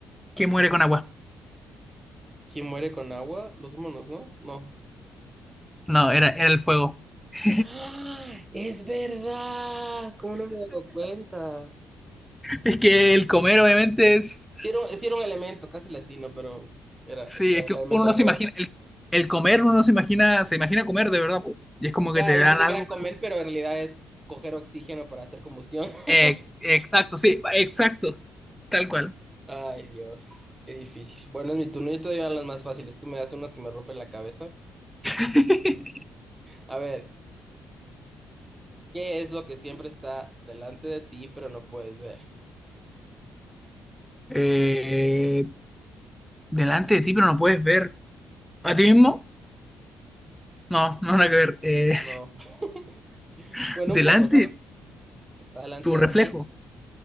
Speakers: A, in the centre; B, on the right.
A: ¿Qué muere con agua?
B: ¿Quién muere con agua? Los monos, ¿no? No.
A: No, era, era el fuego. <laughs>
B: ¡Ah! Es verdad, ¿cómo no me he dado cuenta?
A: Es que el comer, obviamente, es.
B: Sí era, un sí era un elemento casi latino, pero era
A: Sí,
B: claro,
A: es que
B: el elemento
A: uno no
B: opuesto.
A: se imagina. El, el comer, uno no se imagina. Se imagina comer de verdad, po. Y es como
B: Claro,
A: que te
B: yo
A: dan
B: pensé
A: algo.
B: que era comer, pero en realidad es coger oxígeno para hacer combustión.
A: Eh,
B: <laughs>
A: exacto, sí, exacto. Tal cual.
B: Ay, Dios, qué difícil. Bueno, es mi turno. Yo te doy las más fáciles. Tú me das unas que me rompen la cabeza.
A: <laughs>
B: A ver, ¿qué es lo que siempre está delante de ti, pero no puedes ver?
A: Eh, delante de ti, pero no puedes ver. ¿A ti mismo? No, no nada que ver. Eh,
B: No. <laughs>
A: <laughs>
B: Bueno,
A: delante,
B: un poco sí. Está delante
A: tu
B: de
A: reflejo,
B: ti,